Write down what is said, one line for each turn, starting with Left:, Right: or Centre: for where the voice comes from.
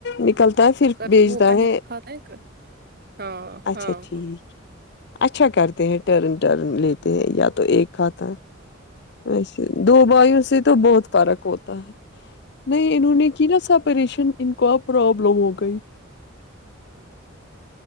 Left: نکلتا ہے پھر
Right: کبھی
Left: بیچتا
Right: وہ پہلے
Left: ہے
Right: کھاتا ہے ہاں
Left: اچھا
Right: ہاں
Left: ٹھیک
Right: ہاں
Left: اچھا کرتے ہیں ٹرن ٹرن لیتے ہیں یا تو ایک کھاتا ہے اھا دو بھائیوں سے تو بہت فرق ہوتا ہے نہیں انہوں نے کی نا سا پریشان ان کو پرابلم ہو گئی
Right: <inaudible>